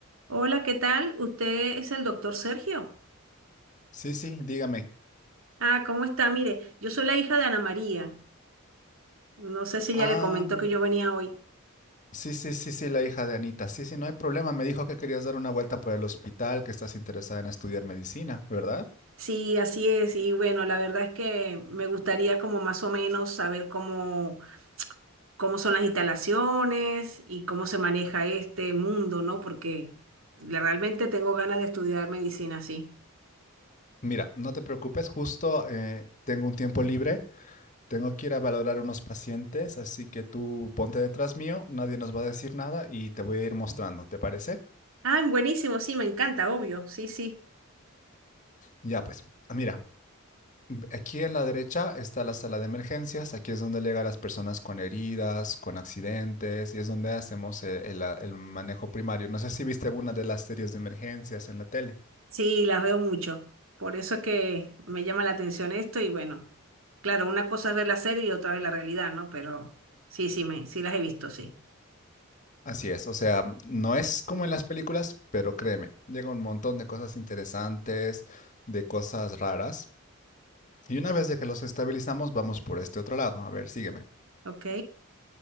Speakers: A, on the right; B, on the left.
A: Hola, ¿qué tal? ¿Usted es el doctor Sergio?
B: Sí, sí, dígame.
A: Ah, ¿cómo está? Mire, yo soy la hija de Ana María. No sé si
B: Ah,
A: ya le comentó que yo venía hoy.
B: sí, sí, sí, sí, la hija de Anita. Sí, sí, no hay problema. Me dijo que querías dar una vuelta por el hospital, que estás interesada en estudiar medicina, ¿verdad?
A: Sí, así es. Y bueno, la verdad es que me gustaría como más o menos saber cómo, cómo son las instalaciones y cómo se maneja este mundo, ¿no? Porque le- realmente tengo ganas de estudiar medicina, sí.
B: Mira, no te preocupes, justo eh, tengo un tiempo libre, tengo que ir a valorar unos pacientes, así que tú ponte detrás mío, nadie nos va a decir nada y te voy a ir mostrando, ¿te parece?
A: Ah, buenísimo, sí, me encanta, obvio. Sí, sí.
B: Ya, pues, mira, Mm, Aquí en la derecha está la sala de emergencias, aquí es donde llegan las personas con heridas, con accidentes, y es donde hacemos el, el- la- el manejo primario. No sé si viste alguna de las series de emergencias en la tele.
A: Sí, las veo mucho. Por eso es que me llama la atención esto y bueno, claro, una cosa es ver la serie y otra es la realidad, ¿no? Pero sí, sí, me, sí las he visto, sí.
B: Así es, o sea, no es como en las películas, pero créeme, llega un montón de cosas interesantes, de cosas raras, y una vez de que los estabilizamos, vamos por este otro lado. A ver, sígueme.
A: ¿Ok?